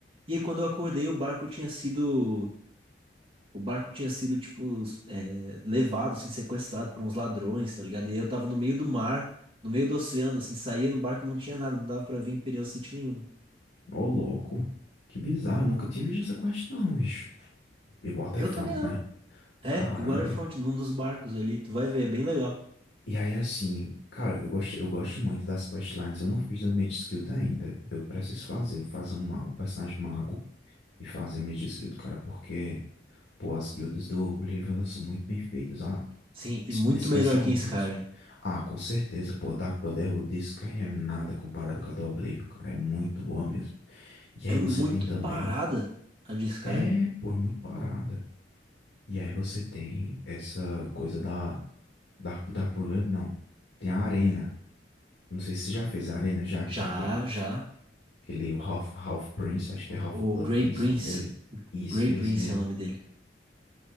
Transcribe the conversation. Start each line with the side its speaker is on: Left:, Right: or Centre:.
Right: E aí quando eu acordei, o barco tinha sido. O barco tinha sido, tipo, é, levado, assim, sequestrado por uns ladrões, tá ligado? E aí eu tava no meio do mar, no meio do oceano, assim, saía no barco, não tinha nada, não dava pra ver Imperial City nenhuma.
Left: Ô, louco. Que bizarro, eu nunca tinha visto essa quest, não, bicho. E Waterfront,
Right: Eu também não.
Left: né?
Right: É,
Left: Caramba.
Right: em Waterfront, num dos barcos ali, tu vai ver, é bem legal.
Left: E aí, assim, cara, eu gosto, eu gosto muito das questlines. Eu não fiz da Mage Guild ainda. Eu preciso fazer, fazer um, ma- um personagem mago e fazer Mage Guild, cara, porque, pô, as guildas do Oblivion, elas são muito bem feitas. Ah,
Right: Sim,
Left: es-
Right: e muito
Left: especialmente.
Right: melhor que em Skyrim.
Left: Ah, com certeza, pô, Dark Brotherhood de Skyrim é nada comparado com a do Oblivion, cara. É muito boa mesmo. E
Right: É
Left: aí
Right: muito
Left: você tem também.
Right: parada a de Skyrim.
Left: É, pô, é muito parada. E aí você tem essa coisa da. Dark, Dark Brotherhood, não. Tem a arena. Não sei se você já fez a Arena, já que
Right: Já,
Left: tem aquele,
Right: já.
Left: aquele o Half Half Prince, acho que
Right: O
Left: é Half
Right: o
Left: Blood
Right: Grey
Left: Prince
Right: Prince,
Left: o nome dele. Isso,
Right: Grey
Left: esse
Right: Prince
Left: mesmo.
Right: é o nome dele.